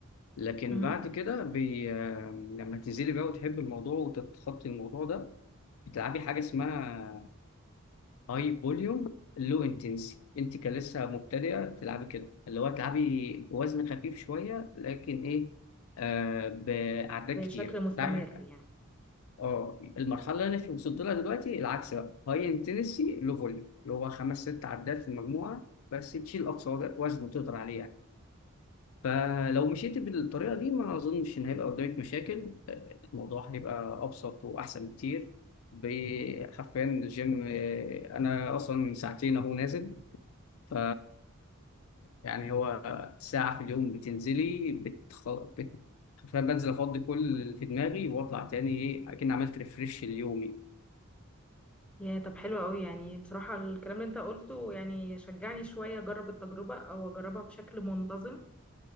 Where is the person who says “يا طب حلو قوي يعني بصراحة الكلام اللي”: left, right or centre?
Centre